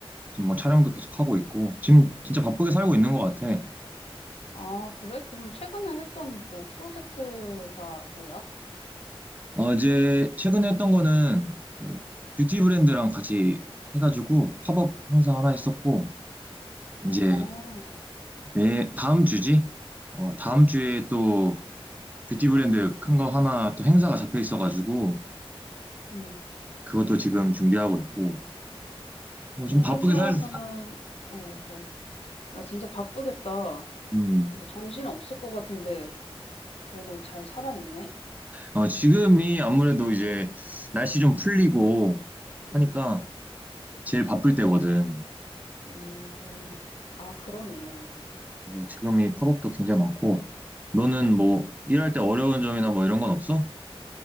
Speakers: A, on the right; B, on the left.
A: 지금 뭐 촬영도 계속 하고 있고 지금 진짜 바쁘게 살고 있는 것 같아.
B: 아, 그래? 그러면 최근에 했던 뭐 프로젝트가 뭐야?
A: 어제 최근에 했던 거는 그 뷰티 브랜드랑 같이 해가지고 팝업 행사 하나 했었고
B: 어.
A: 이제 내 다음 주지? 어, 다음 주에 또 뷰티 브랜드 큰 거 하나 또 행사가 잡혀 있어가지고
B: 음.
A: 그것도 지금 준비하고 있고 뭐
B: 그
A: 좀
B: 행사면은
A: 바쁘게 살 네.
B: 어, 어. 아, 진짜 바쁘겠다.
A: 음.
B: 뭔가 정신 없을 것 같은데 그래도 잘 살아 있네.
A: 어, 지금이 아무래도 이제 날씨 좀 풀리고
B: 음.
A: 하니까 제일 바쁠 때거든.
B: 음. 아, 그러네.
A: 그래서 지금이 팝업도 굉장히 많고 너는 뭐 일할 때 어려운 점이나 뭐 이런 건 없어?